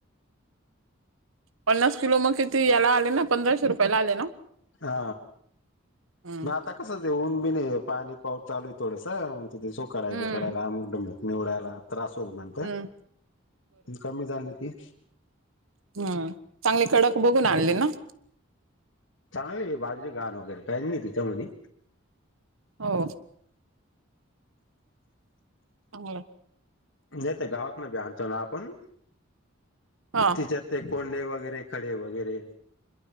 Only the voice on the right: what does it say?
पन्नास किलो मग किती याला आले ना पंधराशे रुपयाला आले ना.
हम्म
हम्म
हम्म
हम चांगले कडक बघून आणली ना?
हो. हो.
हा